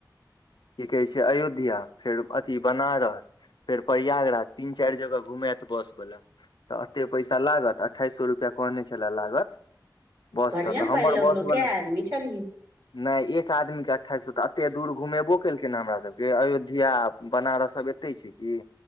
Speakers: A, on the left; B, on the right.
A: की कहै छै अयोध्या फेर अथी बनारस फेर प्रयागराज तीन चारि जगह घुमत बस वालला तऽ एते पैसा लागत तऽ अठइस सए रुपैआ कहने छले लागत बस
B: बढ़िया
A: स तऽ। हमर
B: पाइ लगलो
A: बस वला
B: कै आदमी छलही
A: नहि एक आदमीके अठाइस सए तऽ एतेक दूर घुमेबो केलकिन ह हमर सभके अयोध्या बनारस सब छै की